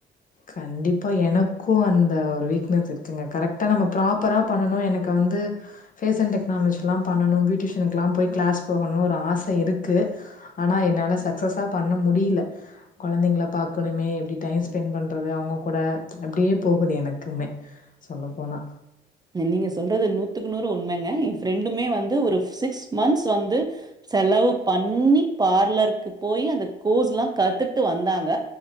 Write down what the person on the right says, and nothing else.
நீங்க சொல்றது நூத்துக்கு நூறு உண்மைங்க எ ஃப்ரெண்டுமே வந்து ஒரு சிக்ஸ் மந்த்ஸ் வந்து செலவு பண்ணி பார்லருக்கு போய் அந்த கோஸ்ல்லா கத்துட்டு வந்தாங்க